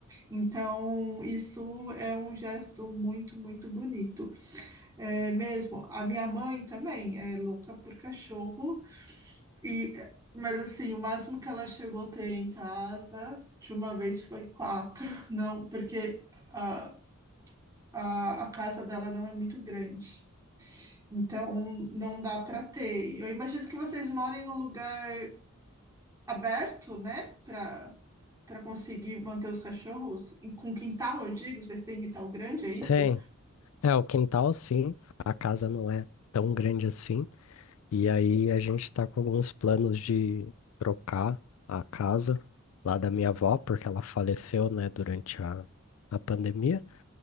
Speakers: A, on the right; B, on the left.
A: Então, isso é um gesto muito, muito bonito. É mesmo, a minha mãe também é louca por cachorro e mas assim, o máximo que ela chegou a ter em casa de uma vez foi quatro, <laughs> não, porque ah, a, a casa dela não é muito grande. Então, não dá para ter. Eu imagino que vocês morem num lugar aberto, né? Para para conseguir manter os cachorros. E Com quintal, eu digo, vocês têm quintal grande, é
B: Sim.
A: isso?
B: É, o quintal sim, a casa não é tão grande assim. E aí a gente tá com alguns planos de trocar a casa lá da minha avó, porque ela faleceu, né, durante a, a pandemia.